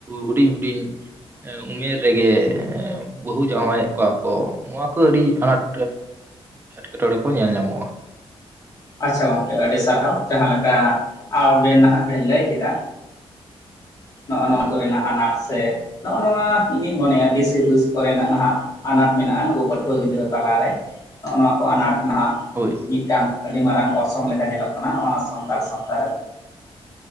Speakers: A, on the right; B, on the left.
A: ᱦᱩᱰᱤᱧ ᱦᱩᱰᱤᱧ ᱮ ᱩᱢᱮᱨ ᱨᱮᱜᱮ ᱵᱟᱹᱦᱩ ᱡᱟᱭᱟᱭᱮ ᱠᱚᱣᱟ ᱠᱚ ᱱᱚᱣᱟ ᱠᱚ ᱟᱹᱰᱤ ᱟᱱᱟᱴ ᱮᱴᱠᱮᱴᱚᱬᱮ ᱠᱚ ᱧᱮᱞ ᱧᱟᱢᱚᱜ-ᱟ᱾
B: ᱟᱪᱷᱟ ᱜᱚᱝᱠᱮ ᱟᱹᱰᱤ ᱥᱟᱨᱦᱟᱣ ᱡᱟᱦᱟᱸ ᱞᱮᱠᱟ ᱟᱵᱮᱱ ᱱᱟᱦᱟᱜ ᱵᱮᱱ ᱞᱟᱹᱭ ᱠᱮᱫᱟ᱾ ᱱᱚᱜ-ᱚ ᱱᱚᱣᱟ
A: ᱦᱳᱭ
B: ᱠᱚᱨᱮᱱᱟᱜ ᱟᱱᱟᱴ ᱥᱮ, ᱱᱚᱜ-ᱚ ᱱᱚᱣᱟ ᱤᱧᱤᱧ ᱢᱚᱱᱮᱭᱟ ᱫᱤᱥ ᱦᱩᱫᱤᱥ ᱠᱚᱨᱮᱱᱟᱜ ᱱᱟᱦᱟᱜ ᱟᱱᱟᱴ ᱢᱮᱱᱟᱜ-ᱟ ᱱᱩᱠᱩ ᱯᱟᱹᱴᱷᱩᱣᱟᱹ ᱜᱤᱫᱽᱨᱟᱹ ᱛᱟᱞᱟᱨᱮ᱾ ᱱᱚᱜ-ᱚ ᱱᱚᱣᱟ ᱠᱚ ᱟᱱᱟᱴ ᱱᱟᱦᱟᱜ
A: ᱦᱳᱭ
B: ᱢᱤᱫᱴᱟᱝ ᱟᱹᱰᱤ ᱢᱟᱨᱟᱝ ᱚᱨᱥᱚᱝ ᱞᱮᱠᱟ ᱧᱮᱞᱚᱜ ᱠᱟᱱᱟ ᱱᱚᱣᱟ ᱥᱟᱱᱛᱟᱲ ᱥᱟᱶᱛᱟ ᱨᱮ᱾